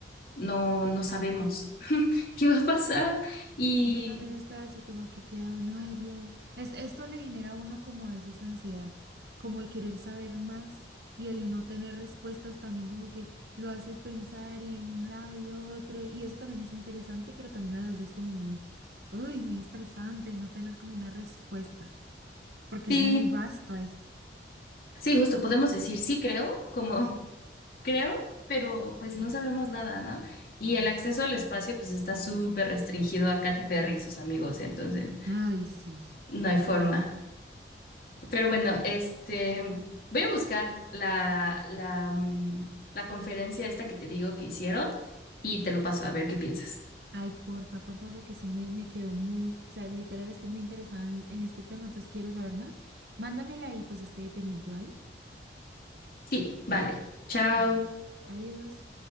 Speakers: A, on the left (about 55°); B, on the right (about 65°).
A: No, no sabemos <laughs> qué va a pasar y
B: Yo también estaba así como que queda uno, ay Dios, es, esto le genera a uno como a veces ansiedad, como de querer saber más y el no tener respuestas también como que lo hace pensar y un lado y otro, y eso también es interesante, pero también a veces es como muy, uy, muy estresante no tener como una respuesta, porque
A: sí,
B: es muy vasto esto.
A: sí, justo podemos decir sí creo, como <laughs> creo, pero pues no sabemos nada, ¿no? Y el acceso al espacio pues está súper restringido a Katy Perry y sus amigos, entonces
B: Ay, sí,
A: No hay forma.
B: total.
A: Pero bueno, este, voy a buscar la, la, mm, la conferencia esta que te digo que hicieron y te lo paso a ver qué piensas.
B: Ay, porfa, porfa, porque sí me, me quedó muy, o sea, literal estoy muy interesada en, en este tema, entonces quiero saber más. Mándamela y pues estoy pendiente, ¿vale?
A: Sí, vale. Chao.
B: Mm. Adiós.